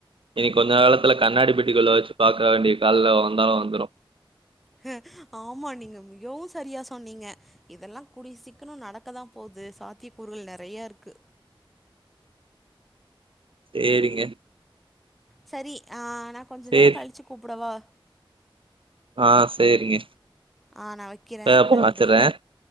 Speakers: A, on the right (about 75°); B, in the centre.
A: இனி கொஞ்ச காலத்துல கண்ணாடி பெட்டிக்குள்ள வச்சு பாக்க வேண்டிய கால்ல வந்தாலும் வந்துரும்
B: ஹ ஆமா நீங்க மிகவும் சரியா சொன்னீங்க இதெல்லாம் கூடிய சீக்கிரம் நடக்கதான் போது இது சாத்தியக்கூறுகள் நறைய இருக்கு
A: சேரிங்க
B: சரி ஆ நான் கொஞ்ச
A: சேரி
B: நேரம் கழிச்சு கூப்புடுவா
A: ஆ செரிங்க
B: ஆ நான் வைக்கிறேன்
A: ஆ அப்ப
B: நன்றி
A: வச்சிடுறேன்